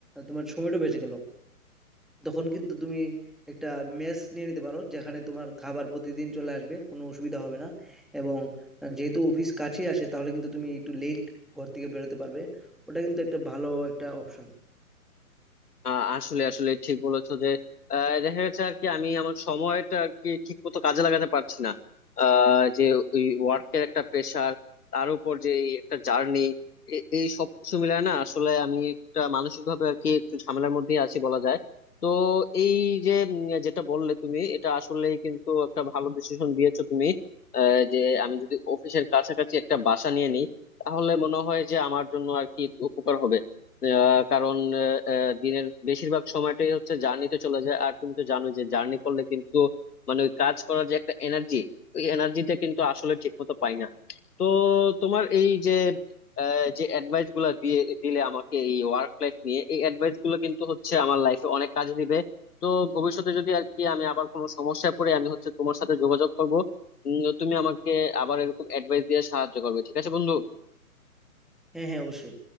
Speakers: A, in the centre; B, on the left.
A: তোমার সময়টাও বেঁচে গেল। তখন কিন্তু তুমি একটা মেস নিয়ে নিতে পারো যেখানে তোমার খাবার প্রতিদিন চলে আসবে কোনো অসুবিধা হবে না এবং যেহেতু অফিস কাছেই আসে তাহলে কিন্তু তুমি একটু লেট ঘর থেকে বেরোতে পারবে। ওটা কিন্তু একটা ভালো একটা অপশন।
B: আহ আসলে আসলে ঠিক বলেছো যে আহ, দেখা গেছে আর কি আমি আমার সময়টা আর কি ঠিক মতো কাজে লাগাতে পারছি না আহ, যে ওই ওয়ার্কের একটা প্রেশার তার উপর যে এই একটা জার্নি এই সবকিছু মিলায় না আসলে আমি একটা মানসিক ভাবে আর কি একটু ঝামেলার মধ্যেই আছি বলা যায় তো এই যে উম, যেটা বললে তুমি এটা আসলেই কিন্তু একটা ভালো ডিসিশন দিয়েছো তুমি আহ, যে আমি যদি অফিসের কাছাকাছি একটা বাসা নিয়ে নিই তাহলে মনে হয় যে আমার জন্য আর কি একটু উপকার হবে আহ, কারণ আহ, দিনের বেশিরভাগ সময়টাই হচ্ছে জার্নিতে চলে যায় আর তুমি তো জানো যে জার্নি করলে কিন্তু মানে ওই কাজ করার যে একটা এনার্জি ওই এনার্জিটা কিন্তু আসলে ঠিক মতো পাই না তো তোমার এই যে আহ, যে অ্যাডভাইস গুলা দিয়ে দিলে আমাকে এই ওয়ার্ক লাইফ নিয়ে এই অ্যাডভাইস গুলো কিন্তু হচ্ছে আমার লাইফে অনেক কাজে দিবে তো ভবিষ্যতে যদি আর কি আমি আবার কোনো সমস্যায় পড়ে আমি হচ্ছে তোমার সাথে যোগাযোগ করবো উম, তুমি আমাকে আবার এরকম অ্যাডভাইস দিয়ে সাহায্য করবে ঠিক আছে বন্ধু
A: হ্যাঁ হ্যাঁ অবশ্যই।